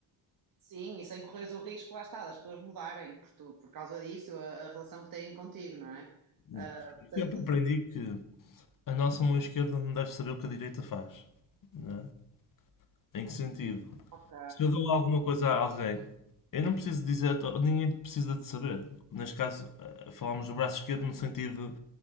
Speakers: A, on the right; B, on the left.
A: Sim, e sem correres o risco, lá está, das pessoas mudarem por, tu, por causa disso, a, a relação que têm contigo, não é?
B: Exato.
A: Ah,
B: Eu
A: portanto,
B: sempre aprendi que a nossa mão esquerda não deve saber o que a direita faz, não é? Em que sentido?
A: ok.
B: Se eu dou alguma coisa a alguém, eu não preciso dizer, a to- ninguém precisa de saber. Neste caso, eh, falámos do braço esquerdo no sentido